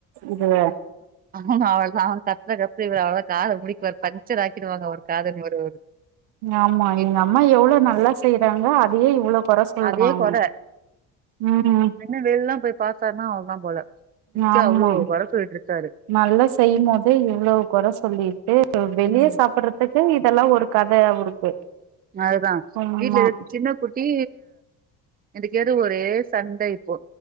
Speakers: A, on the right; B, on the right.
A: இதுவ
B: அவ்ளோ தா அவுங் கத்துற கத்துக் இவர் அவ்ளோ தான் காத முடிக்குவாரு பஞ்சர் ஆக்கிடுவாங்க ஒரு காத ஒரு
A: ஆமா
B: இப்
A: எங்க அம்மா எவ்ளோ நல்லா செய்றாங்க அதையே இவ்ளோ கொற சொல்றா
B: அதே
A: அவ
B: கொற
A: ம்
B: இன்னு வெள்லலா போய் பாத்தாருன்னா அவ்ளோ தா போல இதுக்கே
A: ஆமா
B: அவ்ளோ கொற சொல்லிட்டு இருக்காரு
A: நல்லா செய்யும் போதே இவ்ளோ கொற சொல்லிட்டு ஆ வெளிய
B: ம்
A: சாப்பறதுக்கு இதெல்லா ஒரு கத அவருக்கு
B: அதுதா
A: ஆமா
B: வீட்ல ஆ சின்ன குட்டி அடிக்கடி ஒரே சண்ட இப்போ